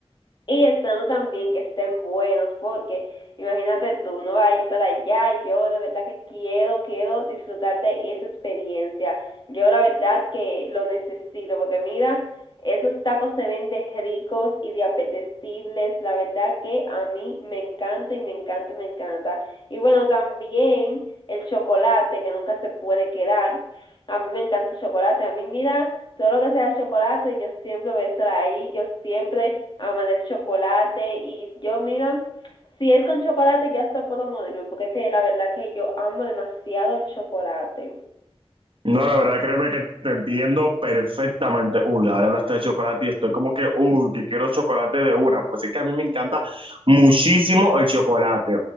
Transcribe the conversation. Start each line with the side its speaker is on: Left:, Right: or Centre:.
Left: y esperando también que estén buenos, porque imagínate tú, no va a ir para allá y yo de verdad que quiero, quiero disfrutar de esa experiencia. Yo la verdad que lo necesito, porque mira, esos tacos se ven de ricos y de apetecibles, la verdad que a mí me encanta y me encanta y me encanta. Y bueno, también el chocolate, que nunca se puede quedar. A mí me encanta el chocolate, a mí mira, todo lo que sea chocolate, yo siempre voy a estar ahí, yo siempre aman el chocolate y yo, mira, si es con chocolate ya hasta puedo morirme, porque es que la verdad que yo amo demasiado el chocolate.
Right: No, la verdad, créeme que te entiendo perfectamente. Uy, ahora hablaste de chocolate y estoy como que, uy, que quiero chocolate de una. Pues es que a mí me encanta muchísimo el chocolate.